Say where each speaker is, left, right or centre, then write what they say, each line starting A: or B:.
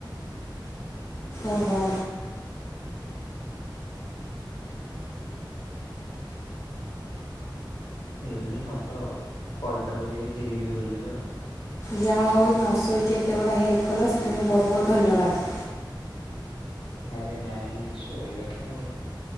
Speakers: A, on the left (about 35°); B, on the left (about 80°).
A: ଓହୋ!
B: ହେଇନି ହବ ଆଉ ପଇତା ପକେଇ ଗିରି ଗିରି ବୁଲିବେ ଆଉ।
A: ଯାହା ହଉ ନସୋଇକି ଏତେ ବଡ଼ ହେଲ୍ପ କଲଲା ସେଥିପାଇଁ ବହୁତ ବହୁତ ଧନ୍ୟବାଦ।
B: ଆରେ ନାଇଁ ଶୋଇବା ତ ଆଉ